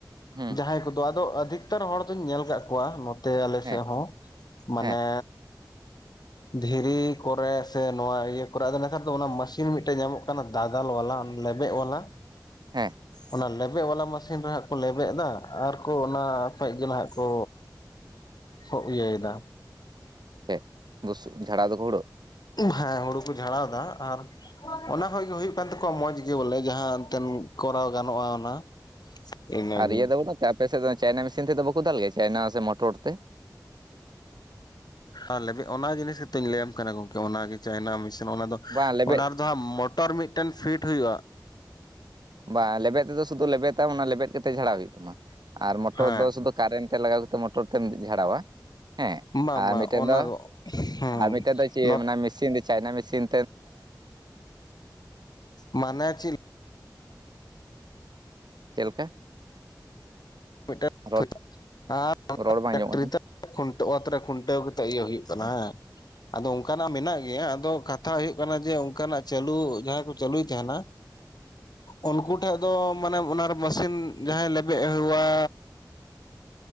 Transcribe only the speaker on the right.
ᱦᱩᱸ
ᱦᱮᱸ
ᱦᱮᱸ <inaudible>
ᱦᱮᱸ᱾
ᱥᱮᱫ ᱵᱩᱥᱩᱫ ᱡᱷᱟᱲᱟᱣ ᱫᱩᱦᱩᱲᱩᱜ
ᱟᱨ ᱤᱭᱟᱹ ᱫᱚ ᱵᱟᱹᱱᱩᱜ ᱛᱮ ᱟᱯᱮ ᱥᱮᱫ ᱫᱚ ᱪᱟᱭᱱᱟ ᱢᱮᱥᱤᱱ ᱛᱮᱫᱚ ᱵᱟᱠᱚ ᱫᱟᱞ ᱜᱮᱭᱟ ᱪᱟᱭᱱᱟ ᱥᱮ ᱢᱚᱴᱚᱨ ᱛᱮ?
ᱵᱟᱝ ᱞᱮᱵᱮᱫ
ᱵᱟ ᱞᱮᱵᱮᱫ ᱛᱮᱫᱚ ᱥᱩᱫᱩ ᱞᱮᱵᱮᱫᱟᱢ ᱚᱱᱟ ᱞᱮᱵᱮᱫ ᱠᱟᱛᱮ ᱡᱷᱟᱲᱟᱣ ᱦᱩᱭᱩᱜ ᱛᱟᱢᱟ ᱟᱨ ᱢᱚᱴᱚᱨ
ᱫᱚ ᱥᱩᱫᱩ ᱠᱟᱨᱮᱱ ᱛᱮ ᱞᱟᱜᱟᱣ ᱠᱟᱛᱮᱫ ᱢᱚᱴᱚᱨ ᱛᱮᱢ ᱡᱷᱟᱲᱟᱣᱟ᱾ ᱦᱮᱸ
ᱟᱨ
ᱢᱤᱫᱴᱮᱱ
ᱫᱚ
ᱟᱨ ᱢᱤᱫᱴᱮᱡ ᱫᱚ ᱪᱮ ᱢᱤᱥᱤᱱ ᱫᱚ ᱪᱟᱭᱱᱟ ᱢᱤᱥᱤᱱ
ᱪᱮᱫ ᱞᱮᱠᱟ?
ᱨᱚᱲ ᱨᱚᱲ ᱵᱟᱝ ᱟᱸᱡᱚᱢᱚᱜ ᱠᱟᱱᱟ
ᱯᱷᱟᱸᱠᱟ ᱜᱮᱭᱟ ᱾